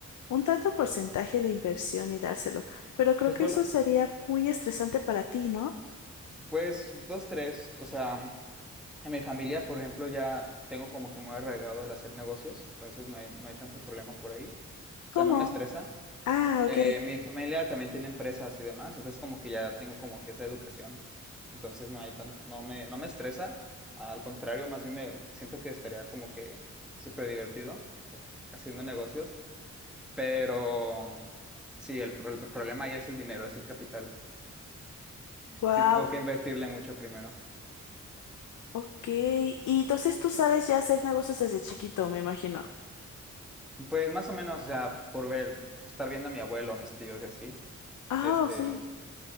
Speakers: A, on the left; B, in the centre.
A: un tanto porcentaje de inversión y dárselo. Pero creo
B: Pues,
A: que
B: por
A: eso
B: lo-
A: sería muy estresante para ti, ¿no?
B: pues, dos, tres. O sea, en mi familia, por ejemplo, ya tengo como que muy arraigado el hacer negocios, entonces no hay, no hay tanto problema por ahí. O
A: ¿Cómo?
B: sea, no me estresa.
A: Ah,
B: Eh,
A: ok.
B: mi familia también tiene empresas y demás, entonces como que ya tengo como que esa educación, entonces no hay tan, no me, no me estresa, al contrario, más bien me siento que estaría como que súper divertido haciendo negocios. Pero sí, el, pro- el problema ahí es el dinero, es el capital.
A: Wow,
B: Sí, tengo que invertirle mucho primero.
A: Ok, y entonces tú sabes ya hacer negocios desde chiquito, me imagino.
B: Pues más o menos, o sea, por ver, estar viendo a mi abuelo, a mis tíos y así,
A: Ah,
B: este,
A: sí.